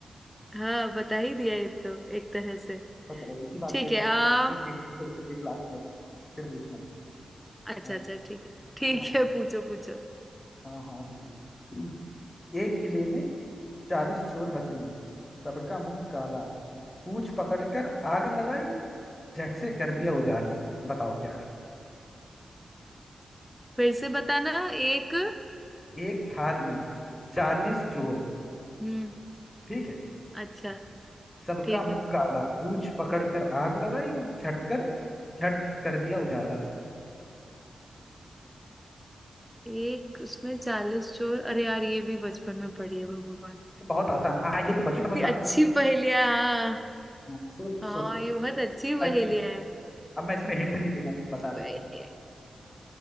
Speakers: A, in the centre; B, on the left (about 30°).
A: हाँ बता ही दिया ये तो एक तरह से
B: तो चलो इसी बात
A: ठीक
B: पे एक
A: है
B: और हाँ,
A: आम
B: ठीक है, एक और फिर क्लास में पूछता फिर पूछना
A: अच्छा
B: हाँ
A: अच्छा ठीक है ठीक
B: हाँ
A: है पूछो पूछो
B: हाँ हाँ, बिल्कुल <clears throat> एक किले में चालीस चोर बसे हैं सबका मुंह काला पूंछ पकड़कर आग लगाई झट से कर दिया उजाला बताओ क्या
A: फिर से बताना एक
B: एक थाल में चालीस चोर
A: हम्म
B: ठीक है
A: अच्छा
B: सबका
A: ठीक
B: मुंह
A: है
B: काला पूंछ पकड़ कर आग लगाई झटकर झट कर दिया उजाला
A: एक उसमें चालीस चोर अरे यार ये भी बचपन में पढ़ी है भगवान
B: ये बहुत आसान हाँ ये तो बचपन
A: कितनी
B: में काफी
A: अच्छी
B: लोग
A: पहेलियां हाँ
B: हाँ, सोच
A: हाँ
B: सोच
A: ये बहुत अच्छी पहेलियां
B: ऐसा नहीं।
A: है
B: अब मैं इसमें हिंट नहीं दूंगा तुम बता देते
A: प-